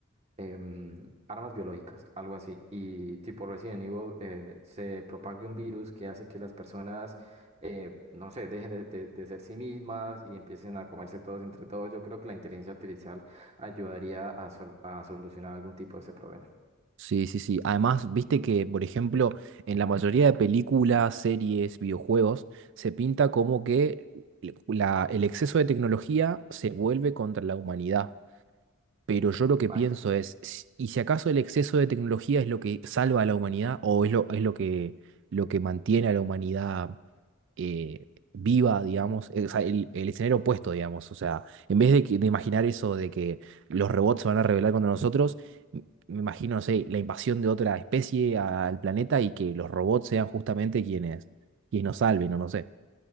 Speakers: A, on the right; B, on the right.
A: em, armas biológicas, algo así, y tipo Resident Evil eh, se propague un virus que hace que las personas, eh, no sé, dejen de, de- de ser sí mismas y empiecen a comerse todos entre todos. Yo creo que la inteligencia artificial ayudaría a, sol- a solucionar algún tipo de ese problema.
B: Sí, sí, sí. Además, viste que, por ejemplo, en la mayoría de películas, series, videojuegos, se pinta como que l- la- el exceso de tecnología se vuelve contra la humanidad. Pero yo lo que
A: Ay,
B: pienso es, s- ¿y si acaso el exceso de tecnología es lo que salva a la humanidad o es lo, es lo que, lo que mantiene a la humanidad? eh, viva, digamos, eh, o sea, el, el escenario opuesto, digamos. O sea, en vez de, que- de imaginar eso de que los robots se van a rebelar contra nosotros, m- me imagino, no sé, la invasión de otra especie a- al planeta y que los robots sean justamente quienes, quienes nos salven, o no sé.